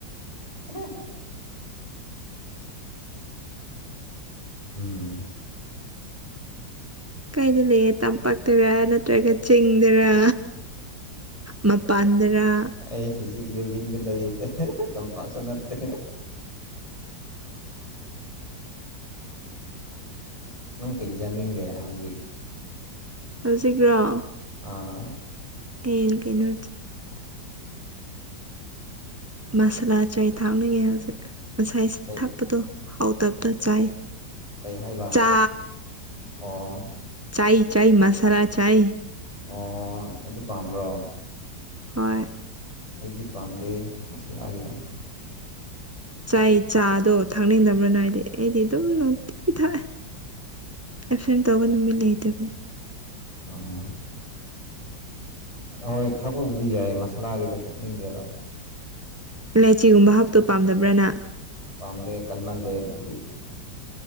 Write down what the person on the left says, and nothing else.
<unintelligible> ꯎꯝ
ꯑꯩ ꯍꯧꯖꯤꯛ ꯕꯤꯜꯗꯤꯡꯗꯤ ꯂꯩꯌꯦ ꯇꯦ ꯇꯝꯄꯥꯛꯁꯨ ꯅꯠꯇꯦ ꯅꯪ ꯀꯩ ꯆꯥꯅꯤꯡꯒꯦ ꯍꯧꯖꯤꯛ
ꯑꯥ ꯍꯥ
ꯀꯩ
ꯀꯩ ꯍꯥꯏꯕ
ꯑꯣ
ꯑꯣ ꯑꯗꯨ ꯄꯥꯝꯕ꯭ꯔꯣ
ꯑꯩꯗꯤ ꯄꯥꯝꯗꯦ ꯃꯁꯥꯂꯥꯒꯤꯗꯣ
ꯑ ꯍꯣꯏ ꯊꯛꯄꯕꯨꯗꯤ ꯌꯥꯏ ꯃꯁꯂꯥꯒꯤꯗꯣ ꯊꯛꯅꯤꯡꯗꯦꯕ
ꯀ-
ꯄꯥꯝꯗꯦ ꯀꯟꯃꯜꯂꯦ ꯑꯗꯨꯗꯤ